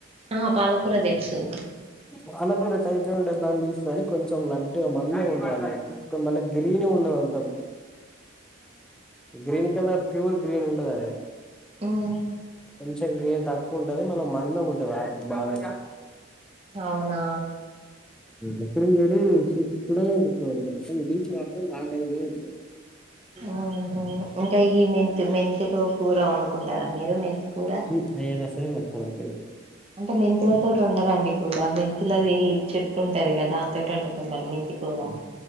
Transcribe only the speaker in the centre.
వాళ్ళకు కూడ టైట్గా ఉండేదాన్ని తీసుకొని కొంచెం లడ్డుగా మందంగా ఉంటదన్నట్టు కనీ మళ్ళా గ్రీన్గా ఉండదంతా.
గ్రీన్ కలర్ ప్యూర్ గ్రీన్ ఉండదు అది.
కొంచెం గ్రీన్ తక్కువ ఉంటది మళ్ళ మందం ఉంటది ఆది బాగా.
అప్పుడు మీరు చూస్తూనే గుర్తుపడతరు, డిపి మాత్రం దాని టైప్లనే ఉంటది.
అయ్యయితే అస్సలే నచ్చవు నాకేందుకో.